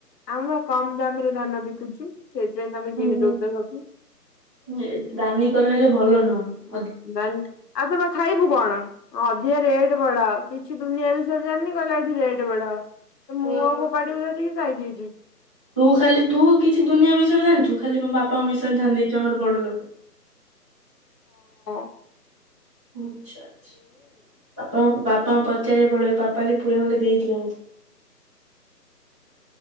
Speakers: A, on the left; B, on the right.
A: ଆମେ ବା କମ୍ ଦାମରେ ଧାନ ବିକୁଛୁ। ସେଇଥିପାଇଁ ତମେ
B: ହୁଁ
A: କିଣି
B: ହୁଁ
A: ଦଉଛ ସବୁ।
B: ନ ଦାନି କରଣ ହେଲେ ଭଲ ନୁ ହଁ
A: ବନ୍ଦ ଆଉ ତମେ ଖାଇବୁ କଣ ଅଧିକ ରେଟ୍ ଟ ବଢାଅ କିଛି ଦୁନିଆ ବିଷୟରେ ଜାଣିନି କହିଲା ଏଠି ରେଟ୍ ବଢାଅ। ତ
B: ହଁ।
A: ମୁଁ ଆଉ ଫୋପାଡି ଭରେିକି ଯାଇ ପାଇଯାଇଛି। ହୁଁ
B: ତୁ ଖାଲି ତୁ କିଛି ଦୁନିଆ ବିଷୟରେ ଜାଣିଛୁ? ଖାଲି ମୋ ବାପାଙ୍କ ବିଷରେ ଧ୍ୟାନ ଦେଇଛି ଆମର ବଡ ଲୋକ
A: ଁ
B: ଆଚ୍ଛା ଆଚ୍ଛା ବାପା ବା ହଁ ପଚାରିବା ପପାଲି ପୁଳି ଖଣ୍ଡେ ଦେଇଥିଲେ ମତେ